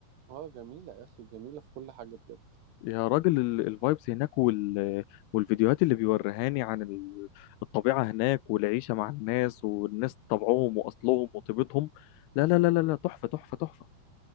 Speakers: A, on the right; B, on the left.
A: اه جميله يا اخي جميله في كل حاجه بجد
B: يا راجل الفايبس هناك وال... والفيديوهات اللي بيوريهاني عن ال- الطبيعة هناك والعيشة مع الناس والناس طبعهم وأصلهم وطيبتهم لا لا لا لا لا تحفة تحفة تحفة